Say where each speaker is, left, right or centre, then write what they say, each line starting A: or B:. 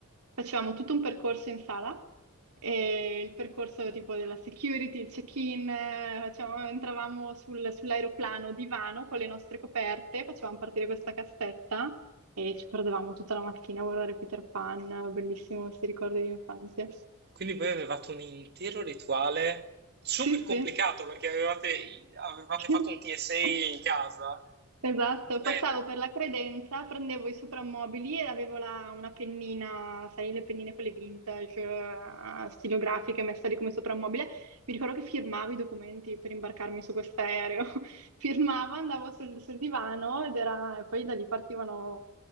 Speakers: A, on the right; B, on the right.
A: Facevamo tutto un percorso in sala, e il percorso tipo della security, il check-in, eh, facevamo- entravamo sul- sull'aeroplano divano con le nostre coperte, facevamo partire questa cassetta e ci perdevamo tutta la mattina a guardare Peter Pan, bellissimo questi ricordi di infanzia.
B: Quindi voi avevate un intero rituale super
A: Sì,
B: complicato
A: sì.
B: perché avevate, avevate
A: <laughs>
B: fatto un TSA in casa.
A: Esatto,
B: Dove...
A: passavo per la credenza, prendevo i soprammobili e avevo la- una pennina, sai, le pennine quelle vintage, eh, stilografiche messe lì come soprammobile. Mi ricordo che firmavo i documenti per imbarcarmi su quest'aereo. <laughs> Firmavo, andavo sul, sul divano ed era, e poi da lì partivano,